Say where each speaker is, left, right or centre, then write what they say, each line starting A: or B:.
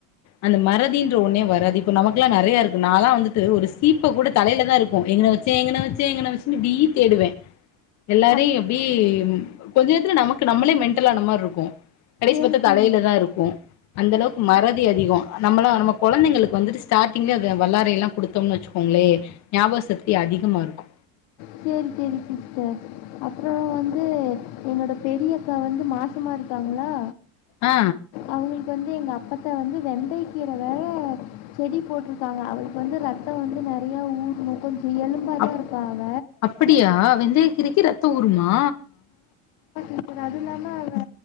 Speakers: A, on the left; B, on the left.
A: அந்த மறதின்ற ஒன்னே வராது இப்ப நமக்குல்லா நெறைய இருக்கு நா லா வந்துட்டு ஒரு சீப்ப கூட தலையில தா இருக்கு எங்கன வச் ச எங்கன வச்ச எங்கன வச்சுன்னு இப்டீ தேடுவ எல்லாரு
B: அப்
A: அப்டி கொஞ்ச நேத்துல நமக்கு நம்மளே மென்டலான மாரி இருக்கு கடைசி
B: சரி
A: பாத்த
B: சரி
A: தலைல தா இருக்கு அந்த அளவுக்கு மறதி அதிகோ நம்மளா நம்ம கொழந்தைங்களுக்கு வந்துட்டு ஸ்டார்டிங்கே அது வல்லாரை எல்லா குடுத்தோம் வச்சுக்கோங்ளே ஞாபகசக்தி அதிகமா இருக்கு
B: சேரி சேரி சிஸ்டர் அப்றோ வந்து என்னோட பெரிய அக்கா வந்து மாசமா இருக்காங்ளா
A: ஆ
B: அவுங்களுக்கு வந்து எங்க அப்பத்தா வந்து வெந்தயக்கீர வேற செடிப் போட்டிருக்காங்க அவுளுக்கு வந்து ரத்த வந்து நெறையா ஊர்னு கொஞ்ச எலும்பா தா
A: அப்
B: இருப்பா அவ
A: அப்படியா வெந்தய கீரைக்கு ரத்த ஊறுமா
B: அப்பற அது இல்லாம வ